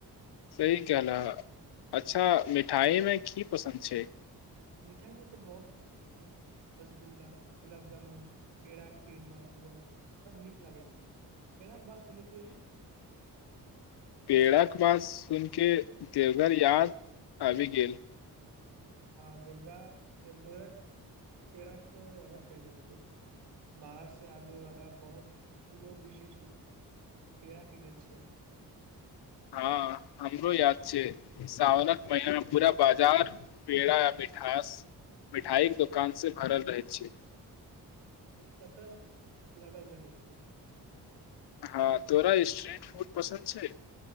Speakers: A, on the left; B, on the right.
A: सही कहलह अच्छा मिठाइमे की पसन्द छै
B: मिठाइमे तऽ बहुत किछु पसन्द अइ रसगुल्ला गुलाब जामुन पेड़ा खीर मालपुआ सब नीक लागैत छै पेड़ाके बात सुनिके
A: पेड़ाक बात सुन के देवघर याद आबि गेल
B: हँ देवगा देवघरक पेड़ाक तऽ अलग पहचान छै बाहर से आबै वला बहुत लोग विशेष रूप पेड़ा कीनै छै
A: हँ हमरो याद छै साावनक महिनामे पूरा बाजार पेड़ा या मिठास मिठाइके दोकानसँ भरल रहै छै
B: आ कतर लगल रहय छै
A: हँ तोरा स्ट्रीट फूड पसन्द छै